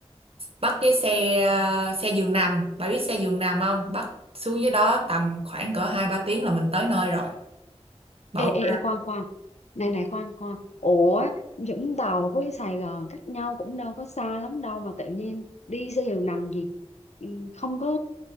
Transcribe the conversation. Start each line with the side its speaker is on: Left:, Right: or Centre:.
Right: bắt cái xe à, xe giường nằm bà biết xe giường nằm không bắt xuống dưới đó tầm khoảng cỡ hai ba tiếng là mình tới nơi rồi bà
Left: Ê,
Right: ok
Left: ê, ê khoan khoan này này khoan khoan ủa Vũng Tàu với Sài Gòn cách nhau cũng đâu có xa lắm đâu mà tự nhiên đi xe giường nằm gì Ừ, không có